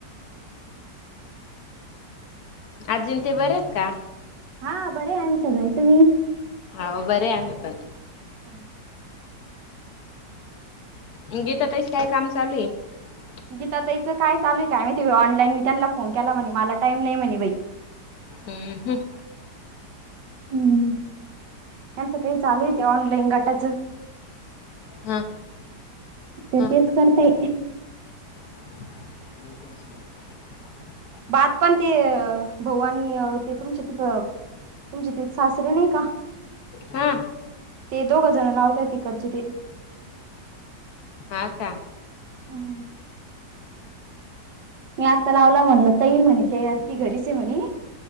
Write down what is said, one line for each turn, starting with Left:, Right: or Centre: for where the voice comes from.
Left: अजिंक्य बरे आहेत का?
Right: हा बरे आम्ही सगळे. तुम्ही?
Left: हाव बरे आम्ही पण
Right: हाव
Left: म गीता तस काय काम चालू आहे
Right: गीता ताईच काय चालू आहे काय माहिती बाई ऑनलाईन मी त्यांना फोन केला म्हणे मला टाइम नाही म्हणे बाई
Left: हम्म हम्म.
Right: हम्म त्यांचं काय चालूय ते ऑनलाईन गटाच
Left: हा
Right: ते
Left: हा
Right: तेच करते
Left: <unintelligible>
Right: बात पण ते भवानी ते तुमच्या तिथं तुमचे ते सासरे नाही का
Left: हा
Right: ते दोघ जण लावत आहेत तिकडचे ते
Left: हा का?
Right: हम्म. मी आता लावला म्हणल ताई म्हणे ते ती घरीच आहे म्हणे